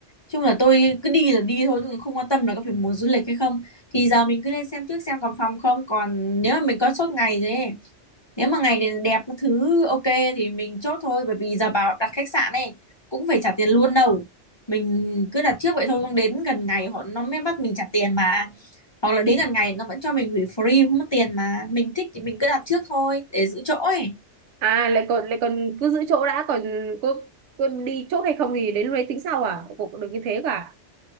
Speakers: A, on the left (about 25°); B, on the right (about 80°).
A: chung là tôi cứ đi là đi thôi chứ không quan tâm là có phải mùa du lịch hay không thì giờ mình cứ lên xem trước xem còn phòng không còn nếu mà mình có chốt ngày rồi ấy, nếu mà ngày này đẹp các thứ ok thì mình chốt thôi bởi vì giờ bảo đặt khách sạn này cũng phải trả tiền luôn đâu mình cứ đặt trước vậy thôi không đến gần ngày họ nó mới bắt mình trả tiền mà hoặc là đến gần ngày nó vẫn cho mình hủy free không mất tiền mà mình thích thì mình cứ đặt trước thôi để giữ chỗ ấy
B: À lại còn lại còn cứ giữ chỗ đã còn có có đi chốt hay không thì đến lúc đấy tính sau à? Cũng được như thế cả.